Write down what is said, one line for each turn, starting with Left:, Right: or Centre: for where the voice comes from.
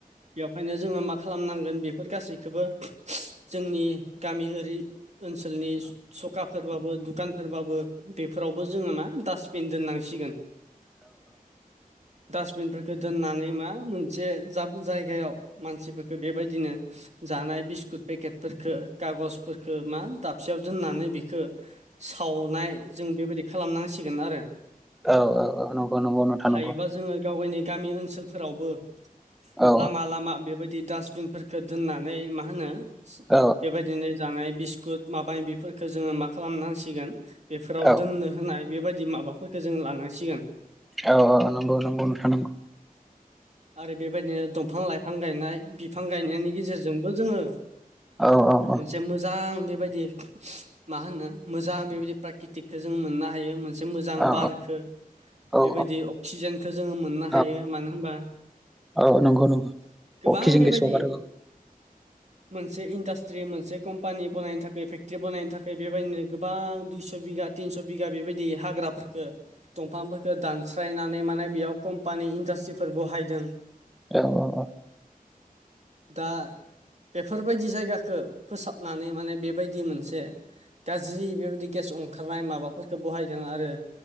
Right: बेखायनो जोङो मा खालामनांगोन बेफोर गासैखौबो जोंनि गामि ओरि ओनसोलनि सखाफोरबाबो दुखानफोरबाबो बेफोरावबो जोङो मा डासटबिन दोननांसिगोन डास्टबिनफोरखौ दोननानै मा मोनसे जायगायाव मानसिफोरफोरखौ बेबायदिनो जानाय बिस्कुट पेकेटफोरखो कागजफोरखौ मा द खियाव दोननानै बेखौ सावनाय जों बेबायदि खालामनांसिगोन आरो
Centre: औ औ नंगौ नंगौ नोंथा
Right: हायोबा
Centre: नंगौ
Right: जोङो गाव गावनि गामि ओनसोलफोरावबो
Centre: औ
Right: लामा लामा बेबायदि डासबिनफोरखौ दोननानै मा होनो
Centre: औ
Right: बेबायदिनो जानाय बिस्कुट माबानि बेफोरखौो जोङो मा खालामनांसिगोन बेफोराव
Centre: औ
Right: दोननो होनाय बेबायदि माबाफोरखौ जों लानांसिगोन
Centre: औ औ नंगौ नंगौ नोंथा नंगौ
Right: आरो बेबायदिनो दंफां लाइफां गायनाय बिफां गायनायनि गेजेरजोंबो जोङो
Centre: औ औ औ
Right: से मोजां बेबायदि मा होनो मोजां बेबायदि प्राकृतकखौ जों मोननो हायो मोनसे मोजां
Centre: औ
Right: बारखौ
Centre: नंगौ नोंथां
Right: बेबायदि
Centre: नंगौ
Right: अक्सिजेनखौ जोङो मोननो
Centre: औ
Right: ह यो मानो होनबा
Centre: औ नंगौ नंगौ
Right: गोबां
Centre: अ खिजों
Right: बेबायदि
Centre: गेस हगारो औ
Right: मोनसे इन्डास्ट्रि मोनसे कम्पानि बानायनो थाखाय फेक्ट्रि बानायनो थाखाय बेबायदिनो गोबां दुइस' बिगा तिनस' बिगा बेबायदि हाग्राफोरखौ दंफांफोरखौ दानस्रायनानै माने बेयाव खम पानि इन्डासट्रिफोर बहायदों
Centre: औ औ औ
Right: दा बेफोरबायदि जायगाखौ फोसाबनानै माने बेबायदि मोनसे गाज्रि बेबायदि गेस ओंखारनाय माबाफोरखौ बहायदों आरो